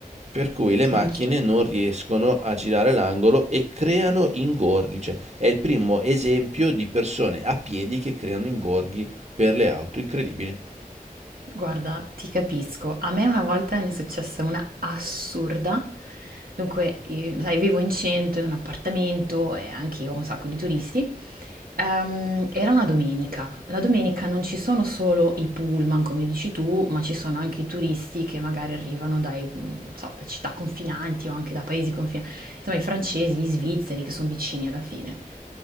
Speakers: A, on the right; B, on the right.
A: Per cui le
B: Sì.
A: macchine non riescono a girare l'angolo e creano ingorghi, cioè è il primo esempio di persone a piedi che creano ingorghi per le auto, incredibile.
B: Guarda, ti capisco. A me una volta ne è successa una assurda. Dunque, io, sai, vivo in centro, in un appartamento e anche io ho un sacco di turisti. Ehm, era una domenica. La domenica non ci sono solo i pullman, come dici tu, ma ci sono anche i turisti che magari arrivano dai, mh, non so, da città confinanti o anche da paesi confinanti. Insomma, i francesi, gli svizzeri che sono vicini alla fine.